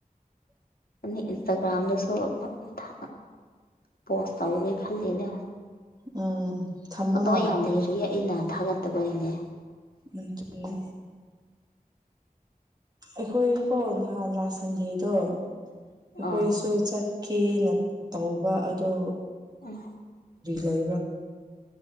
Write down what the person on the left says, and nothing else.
ꯑ ꯏꯟꯁꯇꯒ꯭ꯔꯥꯝꯗꯁꯨ ꯊꯥ ꯄꯣꯁ ꯇꯧꯒꯦ ꯈꯜꯂꯤꯅꯦ
ꯐꯣꯇꯣ ꯌꯥꯝ ꯂꯩꯔꯤꯌꯦ ꯑꯩꯅ ꯊꯥꯒꯠꯇꯕꯩꯅꯦ
ꯑꯥ
ꯎꯝ